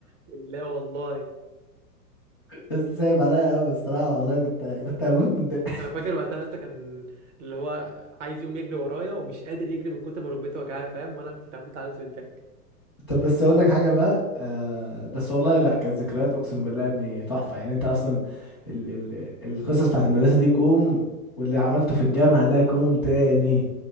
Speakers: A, on the right (about 50°); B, on the left (about 20°).
A: لا والله
B: بس سايب عليا قوي الصراحه والله كنت كنت هموت من الضحك
A: انا فاكر وقتها يا اسطى كان اللي هو عايز يقوم يجري ورايا ومش قادر يجري من كتر ما ركبته وجعاه فاهم وانا كنت هموت على نفسي بالضحك
B: طب بس اقول لك حاجه بقى آه بس والله لا كانت ذكريات اقسم بالله يا ابني تحفه يعني انت اصلا ال ال القصص بتاعت المدرسه دي كوم واللي عملته في الجامعه ده كوم تاني